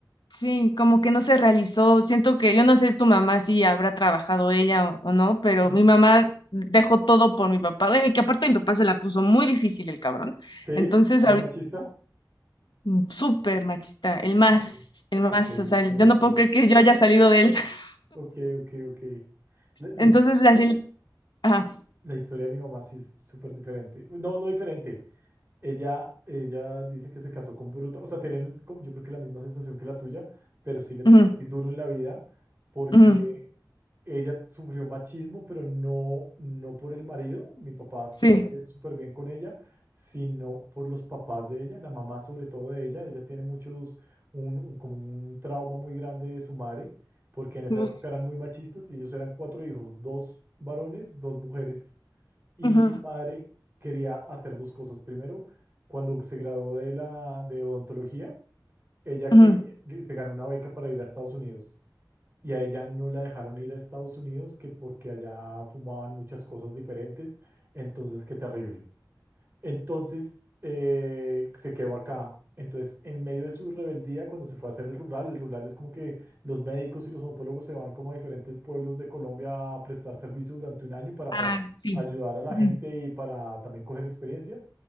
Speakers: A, on the left (about 75°); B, on the right (about 30°).
A: Sí, como que no se realizó. Siento que yo no sé tu mamá si habrá trabajado ella o, o no, pero
B: Y-
A: mi mamá dejó todo por mi papá. Bueno, y que aparte mi papá se la puso muy difícil el cabrón.
B: Sí,
A: Entonces,
B: muy
A: ahorita,
B: machista.
A: mm, súper machista, el más,
B: Ok,
A: el más,
B: ok,
A: o sea, el- yo
B: ok,
A: no puedo creer que yo haya salido de él. <laughs>
B: ok, ok, ok, ok. La, la
A: Entonces,
B: his-
A: así, ajá,
B: la historia de mi mamá sí es súper diferente. No, no diferente. Ella, ella dice que se casó con Bruta, o sea, tienen como yo creo que la misma sensación que la tuya, pero sí le tocó
A: ujú,
B: muy duro en la vida porque
A: ujú,
B: Ella sufrió machismo, pero no, no por el marido. Mi papá
A: sí,
B: fue súper bien con ella, sino por los papás de ella, la mamá sobre todo de ella. Ella tiene muchos, un, un- como un trauma muy grande de su madre, porque en esa
A: uf,
B: época eran muy machistas y ellos eran cuatro hijos, dos varones, dos mujeres. Y
A: ujú,
B: mi madre quería hacer dos cosas. Primero, cuando se graduó de la de odontología, ella
A: ujú,
B: quería, se ganó una beca para ir a Estados Unidos y a ella no la dejaron ir a Estados Unidos, que porque allá fumaban muchas cosas diferentes, entonces qué terrible. Entonces eh, se quedó acá. Entonces, en medio de su rebeldía, cuando se fue a hacer el rural, el rural es como que los médicos y los odontólogos se van como a diferentes pueblos de Colombia a prestar servicio durante un año para,
A: ah,
B: para
A: sí,
B: ayudar a la
A: ujú,
B: gente y para también coger experiencia.